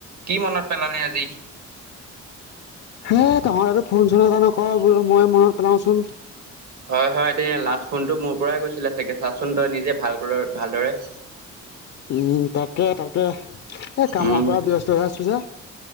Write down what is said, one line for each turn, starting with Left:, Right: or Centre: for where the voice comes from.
Right: কি মনত পেলালে আজি?
Left: হে তহঁতে তো ফোন চুন এতা নকৰ বোলো মই মনত পেলাওচোন।
Right: হয় হয় এ লাষ্ট ফোনটো মোৰ পৰাই গৈছিলে চাগে চাচোন তই নিজে ভাল ভালদৰে।
Left: উম তাকে তাকে এই কামৰ
Right: উম
Left: পৰা ব্যস্ত হৈ আছোঁ যে